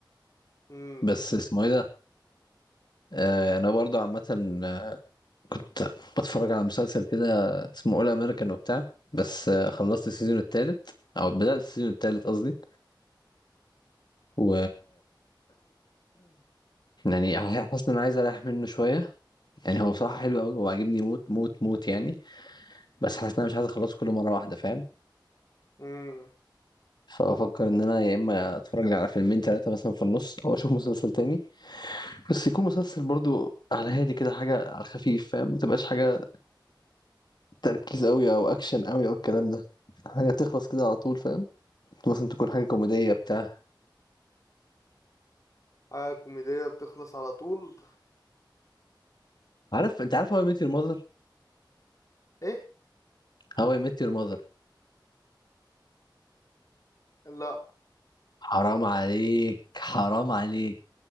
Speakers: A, on the left; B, on the left.
A: امم
B: بس اسمه ايه ده آه انا برضه عامه آه، كنت بتفرج على مسلسل كده اسمه اول امريكان وبتاع بس آه خلصت السيزون الثالث او بدأت السيزون الثالث قصدي و يعني حاسس ان انا عايز اريح منه شويه يعني هو بصراحه حلو قوي هو عاجبني موت موت موت يعني بس حاسس ان انا مش عايز اخلصه كله مره واحده فاهم
A: امم
B: فافكر ان انا يا اما اتفرج لي على فيلمين ثلاثه مثلا في النص او اشوف مسلسل تاني بس يكون مسلسل برضو على هادي كده حاجه على الخفيف فاهم ما تبقاش حاجه تركيز قوي او اكشن قوي او الكلام ده حاجه تخلص كده على طول فاهم مثلا تكون حاجه كوميديه بتاع
A: حاجة كوميدية بتخلص على طول
B: عارف انت عارف هواي ميت يور ماذر
A: ايه
B: هواي ميت يور ماذر
A: لا
B: حرام عليك حرام عليك